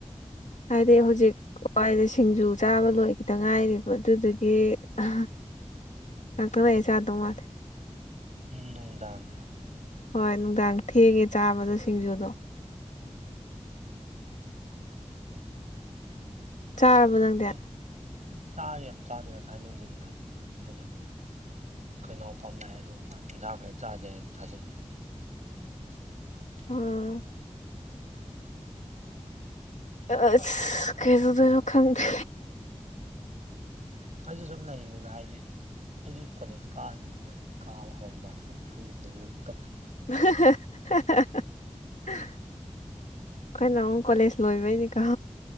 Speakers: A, on the left (about 80°); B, on the right (about 75°).
A: ꯍꯥꯏꯗꯤ ꯍꯧꯖꯤꯛ ꯋꯥꯏꯗ ꯁꯤꯡꯖꯨ ꯆꯥꯕ ꯂꯣꯏꯈꯤꯗ ꯉꯥꯏꯔꯤꯕ ꯑꯗꯨꯗꯨꯒꯤ ꯑꯍ ꯉꯥꯛꯇꯡ ꯂꯩꯔ ꯆꯥꯗꯧ ꯃꯥꯂꯦ
B: ꯅꯨꯡꯗꯥꯡꯗ
A: ꯍꯣꯏ ꯅꯨꯡꯗꯥꯡ ꯊꯦꯡꯉꯦ ꯆꯥꯕꯗꯣ ꯁꯤꯡꯖꯨꯗꯣ
B: ꯎꯝ
A: ꯆꯥꯔꯕꯣ ꯅꯪꯗꯤ
B: ꯑꯩ ꯆꯥꯔꯦ ꯌꯥꯝ ꯆꯥꯗꯦ ꯉꯁꯥꯏ ꯅꯨꯡꯗꯤꯟꯗ ꯑꯩꯗꯣ ꯈꯣꯏ ꯏꯅꯥꯎꯄꯥ ꯑꯃꯥ ꯂꯥꯛꯑꯦ ꯑꯗꯨꯒꯥ ꯃꯥꯟ ꯏꯟꯓꯥꯡ ꯂꯩꯔ ꯆꯥꯖꯩ ꯍꯥꯏ ꯆꯥꯖꯟꯒꯤꯕꯅꯦ
A: ꯎꯝ
B: <inaudible>
A: ꯑꯑꯁ ꯀꯩꯗꯧꯗꯣꯏꯅꯣ ꯈꯪꯗꯦ
B: ꯑꯩꯁꯨ ꯁꯨꯝ ꯂꯩꯔꯤꯅꯤꯗ ꯍꯥꯏꯗꯤ ꯑꯩꯁꯨ ꯀꯣꯂꯦꯖ ꯀꯥꯗ꯭ꯤꯕ ꯀꯥꯕ ꯍꯧꯔꯝꯗꯥꯏ ꯁꯨꯝ ꯐ꯭ꯔꯤꯗ <unintelligible>
A: <unintelligible> ꯑꯩꯈꯣꯏꯅ ꯑꯃꯨꯛ ꯀꯣꯂꯦꯖ ꯂꯣꯏꯕꯩꯅꯤꯀꯣ